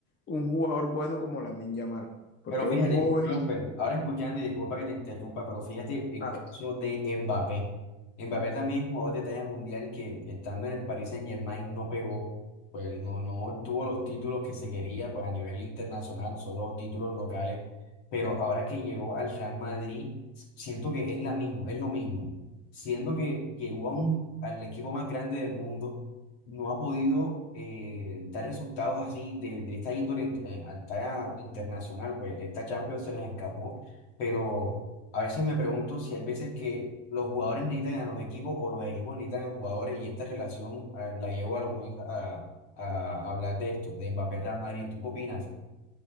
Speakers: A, on the left; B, on the left.
A: un jugador bueno como Lamine Yamal, porque
B: Pero fíjate,
A: es un joven,
B: Jumper, ahora escuchando y disculpa que te interrumpa, pero fíjate el
A: claro.
B: caso de Mbappé. Mbappé también es jugador de talla mundial que estando en el Paris Saint-Germain no pegó, pues no, no tuvo los títulos que se quería pues, a nivel internacional, solo títulos locales. Pero ahora que llegó al Real Madrid, siento que es la misma, es lo mismo. Siento que llegó a un, al equipo más grande del mundo no ha podido eh, dar resultados así de, de esta índole int- eh, a talla internacional, pues esta Champions se les escapó, pero a veces me pregunto si hay veces que los jugadores necesitan a los equipos o los equipos necesitan a jugadores y esta relación eh, la llevo a los dos a, a hablar de esto, de Mbappé Real Madrid. ¿Tú qué opinas?